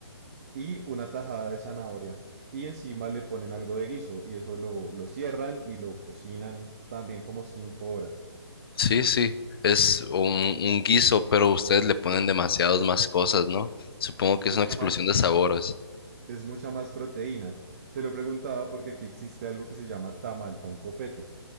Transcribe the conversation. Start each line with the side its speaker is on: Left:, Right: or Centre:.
Right: y una tajada de zanahoria. Y encima le ponen algo de guiso y eso lo, lo cierran y lo cocinan también como cinco horas.
Left: Sí, sí. Es un, un guiso, pero ustedes le ponen demasiadas más cosas, ¿no? Supongo que es
Right: Mucha
Left: una explosión
Right: más,
Left: de sabores.
Right: es mucha más proteína. Te lo preguntaba porque aquí existe algo que se llama tamal con copete.